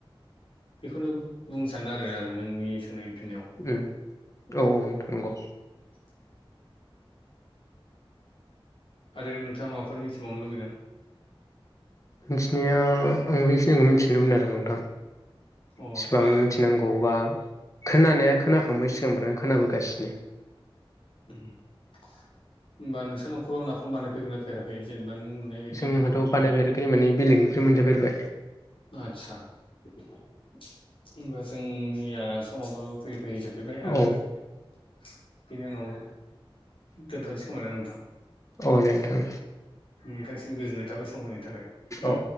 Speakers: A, on the left; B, on the left.
A: बेखौनो बुंनो सानो सानो आरो आरो नोंनि सोंनायनि फिननायाव
B: उ औ औ नोंथां नंगौ
A: <inaudible> आरो नोंथाङा माबाफोर मिथिबावनो लुगैदों
B: मिथिनाया आं बेखिनिखौ मिथिनो लुबैदों आरो नोंथां
A: अ
B: इसिबां
A: आरो
B: मिथिनांगौबा खोनानाया खोनाखांबाय सिगांफ्रानो खोनाबोगासिनो
A: होनोमबा नोंसोर न'खराव नाफाम बानायफेरगोन ना फेराखै जेनेबा नों नुनाय बायदि
B: जोंहाथ'
A: नाफामा बोरैबा
B: बानायफेराखै माने बेलेगनिफ्राय मोनजाफेरबाय
A: आदसा होनबा जोंनिया समाबो फैयै फैयै जोब सफैबाय आरो
B: औ
A: बिनि उनाव दोनथ'नोसै खोमा आरो नोंथां
B: औ दे नोंथां
A: नोंथांनिसिम गोजोननाय थाबाय सम होनायनि थाखाय
B: औ